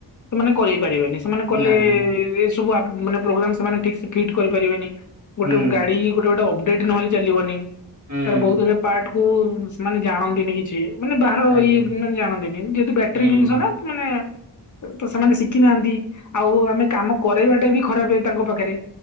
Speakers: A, on the left (about 45°); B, on the right (about 45°).
A: ସେମାନେ କରେଇ ପାରିବେନି। ସେମାନେ କଲେ
B: ନା ନା
A: ଏ ସବୁ ମାନେ ପ୍ରୋଗ୍ରାମ ସେମାନେ ଠିକ ସେ ଫିଟ କରିପାରିବେନି। ଗୋଟେ
B: ହୁଁ
A: ଗାଡି ଗୋଟେ ଗୋଟେ ଅପଡେଟ ନହେଲେ ଚାଲିବନି।
B: ହୁଁ
A: ତାର ବହୁତ ଗୁରେ ପାର୍ଟ କୁ ସେମାନେ ଜାଣନ୍ତିନି କିଛି। ମାନେ ବାହାର
B: ଆଜ୍ଞା
A: ଇଏ ମାନେ ଜାଣନ୍ତିନି। ଯେହେତୁ ବ୍ୟାଟେରୀ
B: ହୁଁ
A: ଜିନିଷ ନା, ମାନେ ତ ସେମାନେ ଶିଖି ନାହାନ୍ତି। ଆଉ ଆମେ କାମ କରରେଇବାଟା ବି ଖରାପ ତାଙ୍କ ପାଖରେ।